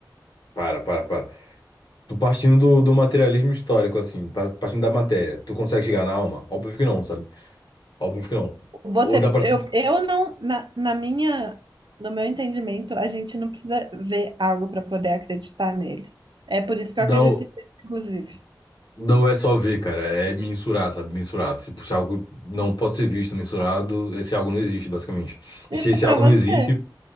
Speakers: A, on the left; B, on the right.
A: Para, para, para. Tu partindo do, do materialismo histórico, assim, par- partindo da matéria, tu consegue chegar na alma? Óbvio que não, sabe? Óbvio que não.
B: Você,
A: Ou dá pra.
B: eu,
A: tu-
B: eu não, na, na minha, no meu entendimento, a gente não precisa ver algo para poder acreditar nele. É por isso que eu acredito
A: Dá, o-
B: em Deus, inclusive.
A: não é só ver, cara. É mensurar, sabe? Mensurar. Tipo, Se puxar algo não pode ser visto, mensurado, esse algo não existe, basicamente. E
B: Isso
A: se esse
B: pra
A: algo
B: você.
A: não existe.